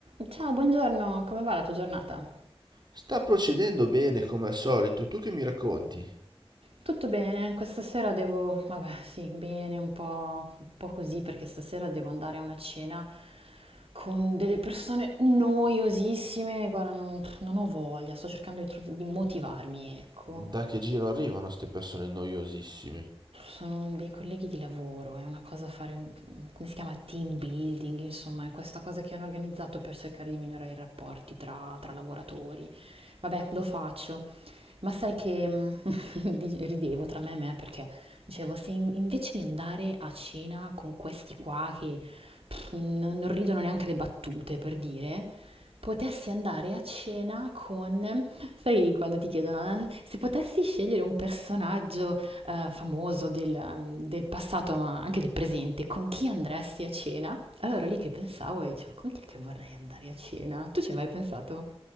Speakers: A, on the right; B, on the right.
A: Ciao, buongiorno, come va la tua giornata?
B: Sta procedendo bene come al solito, tu che mi racconti?
A: Tutto bene, questa sera devo, vabbè, sì, bene, un po', un po' così, perché stasera devo andare a una cena con delle persone noiosissime, guarda, non, non ho voglia, sto cercando di, trov- di motivarmi, ecco.
B: Da che giro arrivano ste persone noiosissime?
A: Sono dei colleghi di lavoro, è una cosa fare, un- come si chiama, team building, insomma, è questa cosa che hanno organizzato per cercare di migliorare i rapporti tra tra lavoratori. Vabbè, lo faccio. Ma sai che <laughs> mh, di- ridevo tra me e me perché dicevo, se in- invece di andare a cena con questi qua che pff, non non ridono neanche le battute, per dire, potessi andare a cena con, sai, quando ti chiedono, "Eh, se potessi scegliere un personaggio eh, famoso del, ehm, del passato, ma anche del presente, con chi andresti a cena? Allora lì che pensavo e dicevo, con chi è che vorrei andare a cena? Tu ci hai mai pensato?